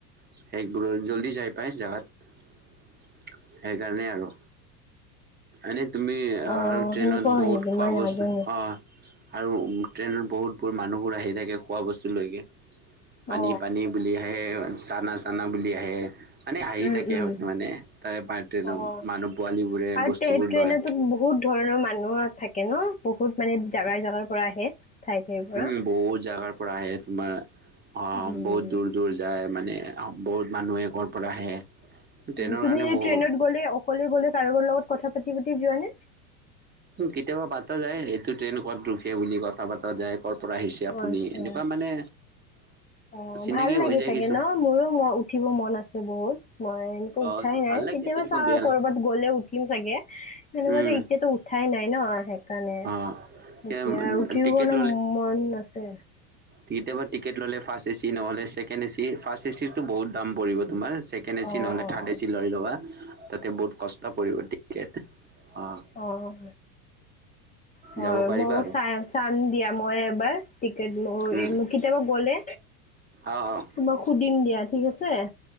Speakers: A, on the right; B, on the left.
A: সেইবোৰ জলদি যাই পায় জাগাত। সেইকাৰণেই আৰু আজি। তুমি
B: অঁ
A: আৰু ট্ৰেইনত
B: সেনেকুৱা হয়
A: বহুত
B: নেকি
A: খোৱা
B: মই
A: বস্তু
B: নাজানো
A: অহ। আৰু ট্ৰেইনত বহুত বোৰ মানুহবোৰ আহি থাকে খোৱা বস্তু লৈ। পানী,
B: অ', অ
A: পানী বুলি আহে চানা, চানা বুলি আহে। মানে হাঁহি
B: উম,
A: থাকে
B: উম।
A: নহ। মানে তাৰে
B: অ',
A: মানুহ পোৱালিবোৰে তাৰে
B: আৰু
A: বস্তুবোৰ
B: ট্ৰে ট্ৰেইনতো
A: লয়।
B: বহুত ধৰণৰ মানুহ থাকে নহ। বহুত মানু্হ বহুত জাগাৰ, জাগাৰ পৰা আহে। ঠাই ঠাইৰ পৰা।
A: উম, বহুত জাগাৰ পৰা আহে। তোমাৰ অ
B: উম।
A: বহুত দূৰ, দূৰ যায়। মানে বহুত মানুহে ক'ৰ পৰা আহে। ট্ৰেইনৰ
B: উম। তুমি
A: কাৰণে
B: এনে
A: বহু
B: ট্ৰেইনত গ'লে অকলে গ'লে কাৰোবাৰ লগত কথা পাতি পাতি যোৱানে।
A: কেতিয়াবা পাতা যায় এইটো ট্ৰেইন ক'ত ৰোখে বুলি কথা পাতা যায় ক'ত। পৰা আহিছে
B: অ',
A: আপুনি।
B: আচ্ছা।
A: এনেকুৱা মানে।
B: অ
A: চিনাকি
B: ভাল লাগি
A: হৈ যায়
B: চাগে
A: কিছু
B: ন মোৰো ম উঠিব মন আছে বহুত। মই এনেকুৱা
A: অ',
B: উঠাই নাই।
A: ভাল লাগে
B: কেতিয়াবা
A: তেনেকুৱা
B: চাওঁ
A: বেয়া নালাগে
B: কৰবাত গ'লে উঠিম চাগে। সেনেকুৱা
A: উম,
B: যে এতিয়াতো উঠাই নাই। নাই নহ সেইকাৰণে।
A: অ',
B: এতিয়া উঠিবলৈ
A: টিকেট
B: মন আছে।
A: কেতিয়াব টিকেট ল'লে ফাৰ্ষ্ট এচি নহ'লে ছেকেণ্ড এচি ফাৰ্ষ্ট এচিৰ টো বহুত দাম পৰিব তোমাৰ। ছেকেণ্ড এ'
B: অ',
A: চি নহ'লে
B: অ',
A: থাৰ্ড এ 'চি লৈ ল'বা তাতে বহুত কষ্ট পৰিব টিকেট। অঁ
B: অহ, হয়,
A: যাব পাৰিবা
B: মই
A: আৰু
B: চাই চাম দিয়া মই এবাৰ। টিকট
A: উম,
B: কেতিয়াবা গ'লে
A: অঁ অঁ
B: তোমাক সুধিম দিয়া। ঠিক আছে।